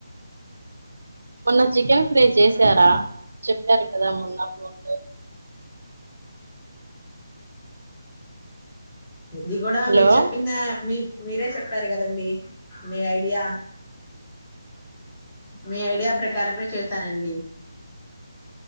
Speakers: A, on the right (about 80°); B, on the left (about 20°).
A: మొన్న చికెన్ ఫ్రై చేశారా చెప్పారు కదా మొన్న ఫోన్లో
B: ఇది కూడా
A: హలో
B: మీరు చెప్పిన మీరు మీరే చెప్పారు కదండి మీ ఐడియా మీ ఐడియా ప్రకారమే చేశానండి